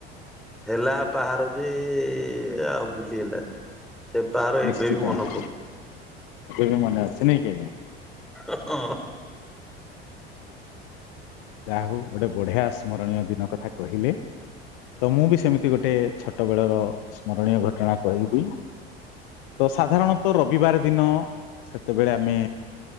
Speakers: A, in the centre; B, on the left (about 55°).
A: ହେଲା ପାହାର ଯେ ଆଉ ଭୁଲି ହେଲାନି। ସେ ପାହାର
B: ନିଶ୍ଚିତ
A: ବି ମନେ
B: ଏବେ
A: ପଡୁଛି
B: ବି ମନେ ଅଛି। <unintelligible>
A: ଓହୋ ଓହୋ।
B: ଯାହା ହଉ ଗୋଟେ ବଢିଆ ସ୍ମରଣୀୟ ଦିନ କଥା କହିଲେ ତ ମୁଁ ବି ସେମିତି ଗୋଟେ ଛୋଟ ବେଳର ସ୍ମରଣୀୟ ଘଟଣା କହିବି। ତ ସାଧାରଣତଃ ରବିବାର ଦିନ ସେତେବେଳେ ଆମେ